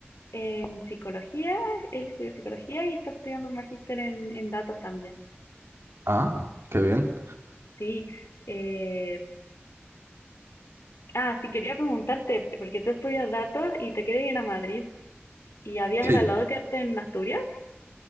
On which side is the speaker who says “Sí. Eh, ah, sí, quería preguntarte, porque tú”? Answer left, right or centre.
Left